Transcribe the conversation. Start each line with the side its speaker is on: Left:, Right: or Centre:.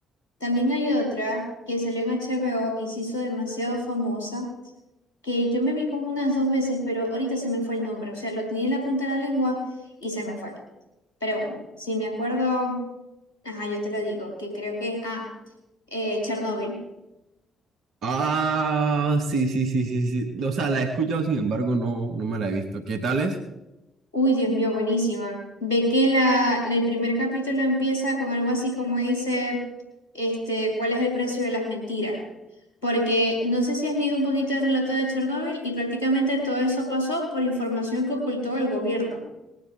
Left: también hay otra que salió en HBO y se hizo demasiado famosa, que yo me vi como unas dos veces, pero ahorita se me fue el nombre. O sea, lo tenía en la punta de la lengua y se me fue. Pero bueno, si me acuerdo. Ajá, yo te lo digo, que creo que es, ah, eh, Chernóbil.
Right: Ah, sí, sí, sí, sí, sí. O sea, la he escuchado, sin embargo, no, no me la he visto. ¿Qué tal es?
Left: Uy, Dios mío, buenísima. Ve que la, la- el primer capítulo empieza con algo así como dice, este, ¿cuál es el precio de las mentiras? Porque no sé si has leído un poquito del relato de Chernóbil y prácticamente todo eso pasó por información que ocultó el gobierno,